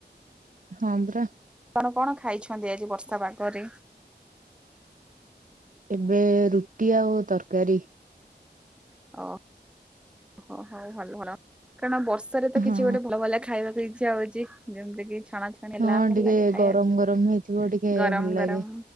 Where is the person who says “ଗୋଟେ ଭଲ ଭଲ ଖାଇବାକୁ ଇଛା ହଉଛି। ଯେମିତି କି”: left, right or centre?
Centre